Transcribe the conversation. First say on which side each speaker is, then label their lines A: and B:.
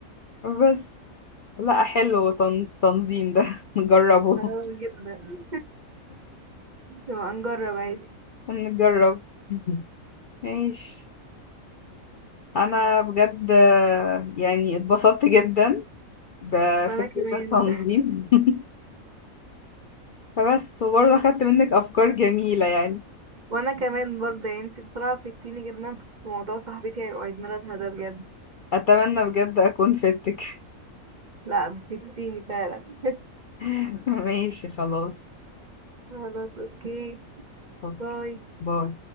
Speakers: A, on the left (about 55°); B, on the right (about 45°).
A: بس لا حلو تن... تنظيم ده <laughs> نجربه
B: اه جدا <laughs> نبقى نجرب عادي
A: نجرب <laughs> ماشي انا بجد آه، يعني اتبسطت جدا بفكرة
B: وانا كمان
A: التنظيم <laughs> فبس وبرضه اخدت منك افكار جميلة يعني
B: <laughs> وانا كمان برضه يعني انت بصراحة فدتيني جدا في موضوع صاحبتي عيد ميلادها ده بجد
A: اتمنى بجد اكون فدتك
B: لا فدتيني فعلا <laughs>
A: <laughs> ماشي خلاص
B: خلاص اوكي
A: أوكي،
B: باي
A: باي